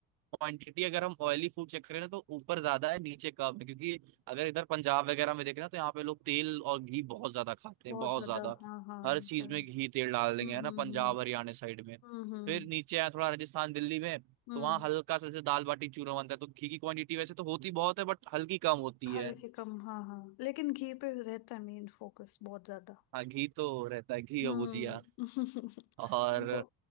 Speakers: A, on the right; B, on the left.
A: क्वांटिटी अगर हम ऑयली फूड चेक करें ना तो ऊपर ज्यादा है नीचे कम है क्योंकि अगर इधर पंजाब वगैरह में देखें ना तो यहाँ पे लोग तेल और घी बहुत ज्यादा खाते
B: बहुत
A: हैं बहुत
B: ज्यादा
A: ज्यादा
B: हाँ हाँ
A: हर
B: ये
A: चीज
B: तो है
A: में घी तेल डाल
B: हम्म
A: देंगे है ना
B: हम्म
A: पंजाब
B: हम्म
A: हरियाणा साइड में
B: हम्म हम्म।
A: फिर नीचे आया थोड़ा राजस्थान दिल्ली में तो
B: हम्म
A: वहाँ हल्का सा जैसे दाल बाटी चूरमा बनता है तो घी की क्वांटिटी वैसे तो होती बहुत है बट हल्की कम होती
B: हल्के
A: है
B: कम हाँ हाँ लेकिन घी पे रहता है मेन फोकस बहुत ज्यादा
A: हाँ घी तो रहता है घी
B: हम्म
A: और भुजिया
B: <laughs>
A: और
B: वो-